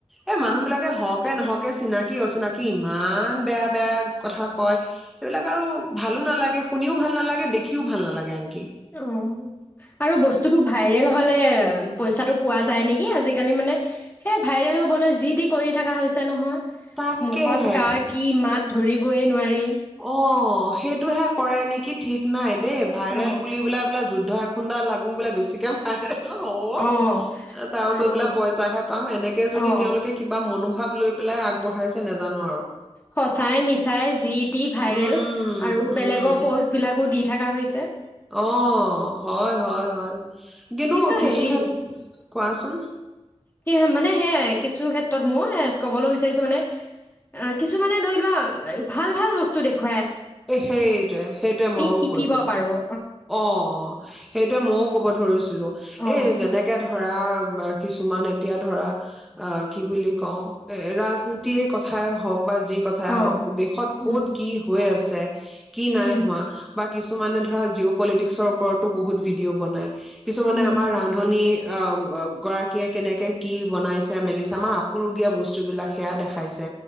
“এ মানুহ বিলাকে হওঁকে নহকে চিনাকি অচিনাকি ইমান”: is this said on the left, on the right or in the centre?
Centre